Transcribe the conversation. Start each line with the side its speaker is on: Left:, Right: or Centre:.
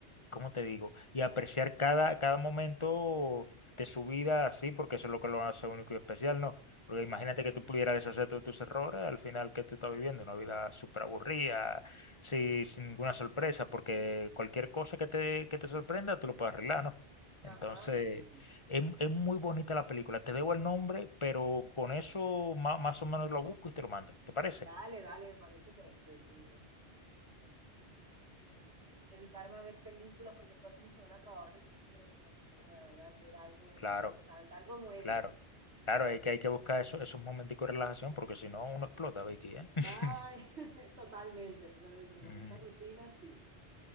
Left: ¿cómo te digo? Y apreciar cada, cada momento de su vida así, porque eso es lo que lo hace único y especial, ¿no? Porque imagínate
Right: Ujú,
Left: que tú pudieras deshacerte de tus errores, al final que tú estás viviendo una vida súper aburrida, sí, sin ninguna sorpresa, porque cualquier cosa que te, que te sorprenda, tú lo puedes arreglar, ¿no?
Right: Ajá,
Left: Entonces...
Right: sí, sí.
Left: Es, es muy bonita la película. Te debo el nombre, pero con eso ma- más, o menos lo busco y te lo mando. ¿Te parece?
Right: Dale, dale, me parece perfecto, me parece perfecto. la verdad que sí, que quiero como dedicarme a ver películas porque todo el fin de semana trabajo, entonces quiero como, como la verdad ver algo
Left: Claro,
Right: interesante, algo nuevo.
Left: claro. Claro, hay que, hay que buscar eso- esos momenticos de relajación porque si no uno explota, Vicky, ¿eh? <laughs>
Right: Ay, <laughs> totalmente, totalmente, con
Left: Ujú.
Right: esta rutina sí.